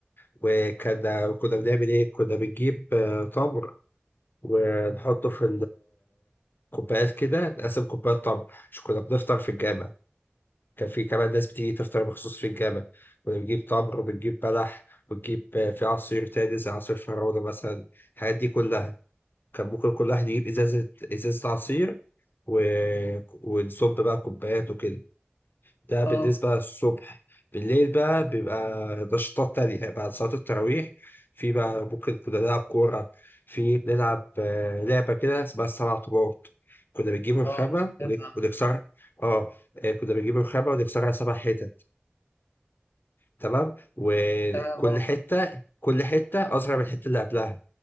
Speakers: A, on the left; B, on the left.
A: وكنا كنا بنعمل إيه؟ كنا بنجيب آه، تمر ونحطه في الكوبايات كده نقسم كوبايات تمر مش كنا بنفطر في الجامع كان في كمان ناس بتيجي تفطر مخصوص في الجامع كنا بنجيب تمر وبنجيب بلح وبنجيب آه، في عصير تاني زي عصير فراولة مثلا الحاجات دي كلها كان ممكن كل واحد يجيب إزازة إزازة عصير و... ونصب بقى كوبايات وكده ده بالنسبة
B: اه
A: للصبح بالليل بقى بيبقى نشاطات تانية بعد صلاة التراويح في بقى ممكن كنا نلعب كورة في بنلعب آه، لعبة كده اسمها السبع طوبات كنا بنجيب الخامة
B: اه سمعت
A: ونك-
B: عنها.
A: ونكسرها اه آه، كنا بنجيب الخامة ونكسرها سبع حتت تمام وكل
B: تمام اه
A: حتة كل حتة أصغر من الحتة اللي قبلها